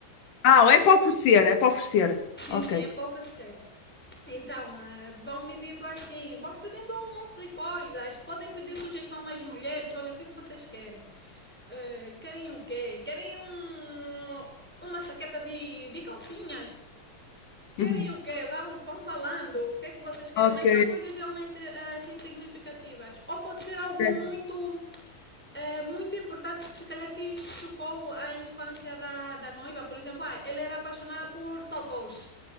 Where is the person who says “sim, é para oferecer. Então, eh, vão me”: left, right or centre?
Centre